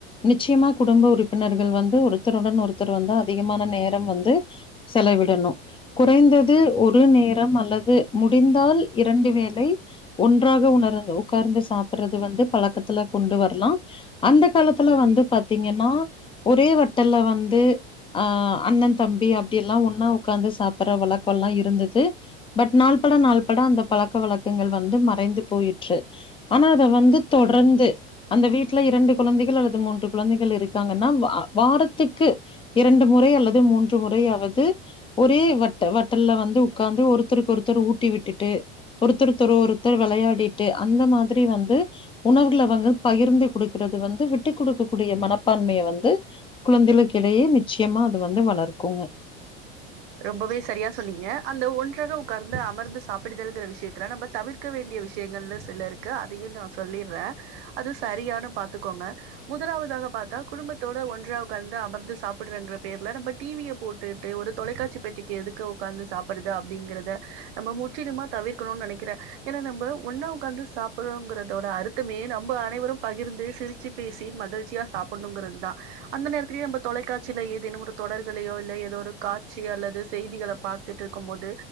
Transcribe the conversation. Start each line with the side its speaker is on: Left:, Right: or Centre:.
Left: நிச்சயமா குடும்ப உறுப்பினர்கள் வந்து ஒருத்தருடன் ஒருத்தர் வந்து அதிகமான நேரம் வந்து செலவிடணு குறைந்தது ஒரு நேரம் அல்லது முடிந்தால் இரண்டு வேலை ஒன்றாக உணர்ந் உக்கார்ந்து சாப்பிடுறது வந்து பழக்கத்துல கொண்டு வரலா அந்த காலத்துல வந்து பாத்தீங்கன்னா ஒரே வட்டல வந்து அ அண்ணன் தம்பி அப்டில்லா ஒன்னா உக்காந்து சாப்பிடுற வழக்கல்லா இருந்தது பட் நாள்பட நாள்பட அந்த பழக்க வழக்கங்கள் வந்து மறைந்து போயிற்று ஆனா அத வந்து தொடர்ந்து அந்த வீட்ல இரண்டு குழந்தைகள் அல்லது மூன்று குழந்தைகள் இருக்காங்கன்னா வ வாரத்துக்கு இரண்டு முறை அல்லது மூன்று முறையாவது ஒரே வட்ட வட்டல்ல வந்து உக்காந்து ஒருத்தருக்கு ஒருத்தர் ஊட்டி விட்டுட்டு ஒருத்தருத்தர் ஒருத்தர் வெளையாடிட்டு அந்த மாரி வந்து உணவுகல அவ்ங்க வந்து பகிர்ந்து கொடுக்றது வந்து விட்டுக் கொடுக்க கூடிய மனப்பான்மைய வந்து குழந்தைகளுக்கிடையே நிச்சயமா அது வந்து வளர்க்குங்க
Right: ரொம்பவே சரியா சொன்னீங்க அந்த ஒன்றாக உக்கார்ந்து அமர்ந்து சாப்பிடுதல்ங்கற விஷயத்துல நம்ம தவிர் க்க வேண்டிய விஷயங்கள்ன்னு சில இருக்கு அதையு நா சொல்லிட்றே அது சரியானு பாத்துக்கோங்க முதலாவதாக பாத்தா குடும்பத்தோட ஒன்றா உட்காந்து அமர்ந்து சாப்பிடுறங்க பேர்ல நம்ம டி வி ய போட் டு ஒரு தொலைக்காட் ச்சி பெட்டிக்கு எதுக்க உக்காந்து சாப்படது அப்டிங்கறத நம்ம முற்றிலுமா தவிர்க்கணும்னு நனைக்கறே ஏன்னா நம்ம ஒண்ணா உக்காந்து சாப்பறோங்கறதோட அர்த்தமே நம்ப அனைவரும் பகிர்ந்து சிரிச்சு பேசி மகிழ்ச்சியா சாப்பண்ணுங்கறது தா அந்த நேரத்துலயு நம்ம தொலைக்காட்சில ஏதுேனும் ஒரு தொடர்களையோ இல்ல ஏதோ ஒரு கா சீ அல்லது செய்திகள பாத்திட் இருக்கும் போது